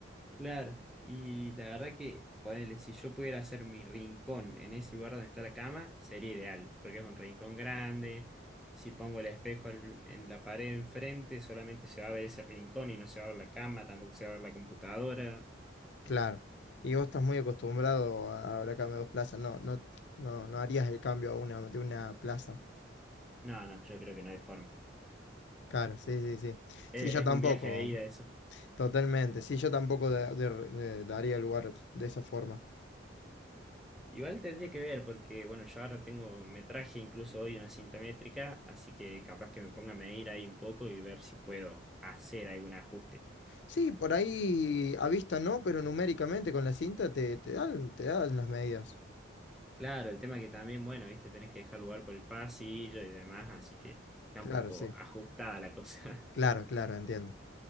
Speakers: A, in the centre; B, on the left.
A: Claro, y la verdad que, ponele, si yo pudiera hacer mi rincón en ese lugar donde está la cama, sería ideal, porque es un rincón grande. Si pongo el espejo al- en la pared enfrente, solamente se va a ver ese rincón y no se va a ver la cama, tampoco se va a ver la computadora.
B: claro. Y vos estás muy acostumbrado a a la cama de dos plazas, no, no, no, no harías el cambio a una, de una plaza.
A: No, no, yo creo que no hay forma.
B: Claro, sí, sí, sí.
A: Eh,
B: Sí, yo
A: Es
B: tampoco.
A: un viaje de ida eso.
B: Totalmente, sí, yo tampoco da- de- de- daría lugar de esa forma.
A: Igual tendría que ver, porque bueno, yo ahora tengo, me traje incluso hoy una cinta métrica, así que capaz que me ponga a medir ahí un poco y ver si puedo hacer algún ajuste.
B: Sí, por ahí a vista no, pero numéricamente con la cinta te, te dan, te dan las medidas.
A: Claro, el tema que también, bueno, viste, tenés que dejar lugar por el pasillo y demás, así que está
B: Claro,
A: un poco
B: sí,
A: ajustada la cosa.
B: claro,
A: <laughs>
B: claro, entiendo.